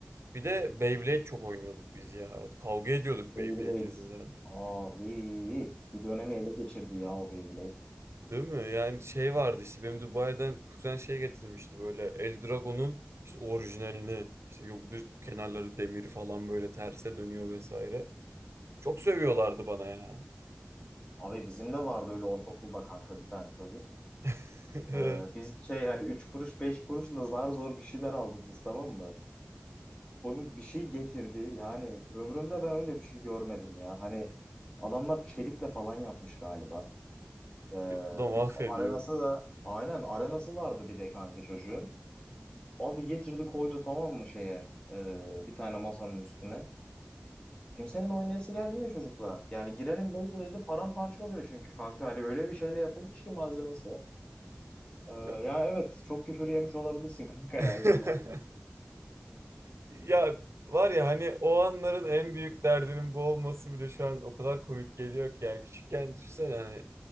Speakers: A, on the right (about 85°); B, on the left (about 20°).
A: Bir de Beyblade çok oynuyorduk biz ya. Kavga ediyorduk
B: Beyblade.
A: Beyblade yüzünden.
B: Abi bir dönemi ele geçirdi ya o Beyblade.
A: Değil mi? Yani şey vardı işte benim Dubai'den kuzen şey getirmişti böyle Eldragon'un işte orijinalini. İşte yok düz kenarları demir falan böyle terse dönüyor vesaire. Çok sövüyorlardı bana ya.
B: Abi bizim de vardı öyle ortaokulda kanka bir tane çocuk.
A: <laughs>
B: Ee, biz şey hani 3 kuruş 5 kuruşla zar zor bir şeyler almışız tamam mı? Çocuk bir şey getirdi. Yani ömrümde ben öyle bir şey görmedim ya. Hani adamlar çelikle falan yapmış galiba. Ee,
A: Bu da mahvediyor.
B: bir arenası da aynen arenası vardı bir de kanka çocuğun. Abi getirdi koydu tamam mı şeye ee, bir tane masanın üstüne. Kimsenin oynayası gelmiyor çocukla. Yani girenin Beyblade'i paramparça oluyor çünkü kanka. Hani öyle bir şeyle yapılmış ki malzemesi. Ee,
A: Ya
B: ya evet çok küfür yemiş olabilirsin <laughs> kanka yani
A: <laughs>
B: zamanında.
A: Ya var ya hani o anların en büyük derdinin bu olması bile şu an o kadar komik geliyor ki yani küçükken düşünsene hani